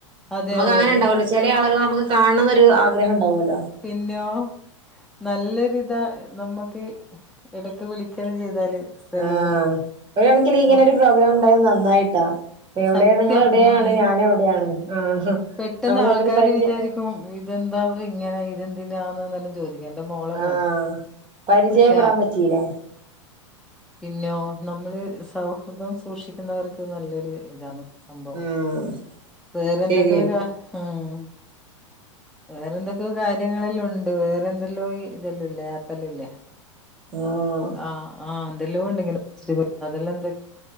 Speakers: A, in the centre; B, on the right.
A: അതെ
B: നമുക്ക്
A: അതെ
B: അങ്ങനെ
A: അതെ
B: ണ്ടാവുല്ലോ ചില ആളുകളെ നമുക്ക് കാണ്ണംന്നൊരു ആഗ്രഹം ണ്ടാവുല്ലോ
A: പിന്നോ നല്ലൊരിതാ നമ്മക്ക് എടക്ക് വിളിക്കല്ലൊം ചെയ്താല് സ്ഥലെല്ലാം
B: ആഹ് ഒരൺകിന് ഇങ്ങനൊരു
A: നോക്കി
B: പ്രോഗ്രാം ഉണ്ടായത് നന്നായിട്ടാ എവിടേയാണ്
A: സത്യം
B: ങ്ങള് എവിടേയാണ്
A: ഉം
B: ഞാനും എവിടേയാണ് ആഹ്
A: പെട്ടെന്ന്
B: നമ്മൾ
A: ആൾക്കാര്
B: തമ്മില് പരിചയം
A: വിചാരിക്കും, ഇതെന്താത്ങ്ങനെ ഇതെന്തിനാന്ന് ന്നല്ലൊം ചോദിക്കും എന്റെ മോളെല്ലം
B: ആഹ് പരിചയപ്പെടാൻ
A: പക്ഷെ
B: പറ്റീല്ലേ
A: പിന്നോ നമ്മള് സൗഹൃദം സൂക്ഷിക്കുന്നവർക്ക് നല്ലൊരു ഇതാന്ന് സംഭവം
B: ആഹ്
A: വേറെന്തൊക്കെയോ
B: ശരിയാണ്
A: ഹ്ഉം വേറെന്തൊക്ക കാര്യങ്ങളെല്ലാം ഉണ്ട് വേറെ എന്തെല്ലോ ഇതെല്ല്ല്ലാ ആപ്പല്ലും ഇല്ലേ
B: ആഹ്
A: ആഹ് ആഹ് ന്തെല്ലോണ്ട് ഇങ്ങനെ സ്റ്റ അതെല്ലാം എന്ത